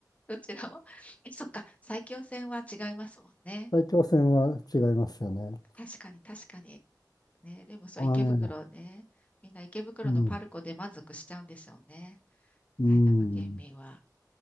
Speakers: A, on the left (about 20°); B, on the left (about 65°).
A: どちらも。え、そっか。埼京線は違いますもんね。
B: 大気汚染は違いますよね。
A: 確かに、確かに。ね、でもそう、
B: あ、
A: 池袋ね。
B: ええ、
A: みんな池袋のパルコで満足しちゃうんでしょうね。
B: うん、うん、
A: 埼玉県民は。